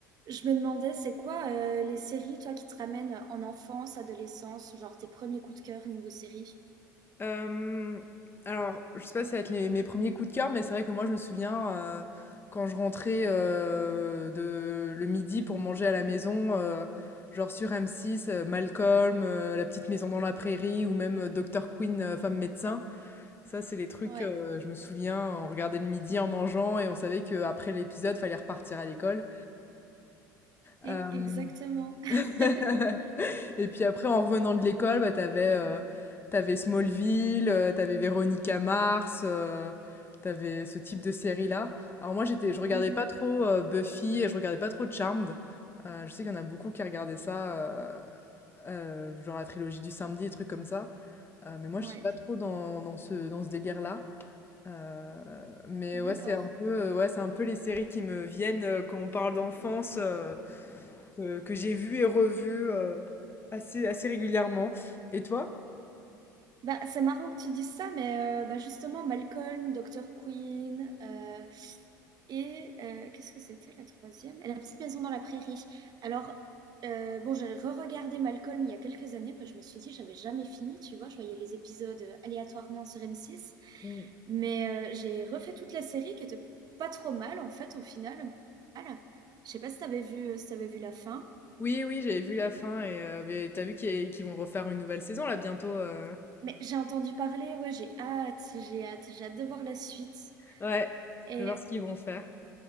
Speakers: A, on the right; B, on the left.
A: Je me demandais, c'est quoi euh, les séries, toi, qui te ramènent en enfance, adolescence, genre tes premiers coups de cœur niveau série?
B: Hem, alors, je sais pas si ça va être les mes premiers coups de cœur, mais c'est vrai que moi, je me souviens, heu, quand je rentrais, heu, de le midi pour manger à la maison, heu, genre sur m six, heu, Malcolm, heu, La petite maison dans la prairie ou même, euh, Docteur Quinn, heu, femme médecin. Ça, c'est les trucs,
A: Ouais,
B: heu, je me souviens, on regardait le midi en mangeant et on savait qu'après l'épisode, fallait repartir à l'école.
A: e-
B: Hem
A: exactement. <laughs>
B: <laughs> Et puis après, en revenant de l'école, bah, t'avais euh, t'avais Smallville, euh, t'avais Véronica Mars, euh, t'avais ce type de série-là. Alors moi, j'étais, je regardais
A: Mhm,
B: pas trop euh, Buffy et je regardais pas trop Charmed. Euh, je sais qu'il y en a beaucoup qui regardaient ça, euh, euh, genre la trilogie du samedi, des trucs comme ça. Euh, mais moi,
A: Ouais,
B: je suis pas trop dans, dans ce, dans ce délire-là. Euh, mais
A: d'accord.
B: ouais, c'est un peu, ouais, c'est un peu les séries qui me viennent euh, quand on parle d'enfance. euh, que, que j'ai vu et revu euh, assez, assez régulièrement. Et toi?
A: Bah, c'est marrant que tu dises ça, mais euh, bah, justement, Malcolm, Dr. Queen, euh, et euh, qu'est-ce que c'était la troisième? La petite maison dans la prairie. Alors, euh, bon, j'ai re-regardé Malcolm il y a quelques années, parce que je me suis dit, j'avais jamais fini, tu vois, je voyais les épisodes euh, aléatoirement sur m six.
B: Mm.
A: Mais euh, j'ai refait toute la série qui était pas trop mal en fait au final. Mal. Je sais pas si t'avais vu, euh, si t'avais vu la fin,
B: Oui, oui, j'avais vu la fin et euh, mais t'as vu qu'il y a- qu'ils vont refaire une nouvelle saison là bientôt. euh.
A: mais j'ai entendu parler. Ouais, j'ai hâte, j'ai hâte, j'ai hâte de voir la suite.
B: Ouais,
A: Et
B: je vais voir ce qu'ils vont faire.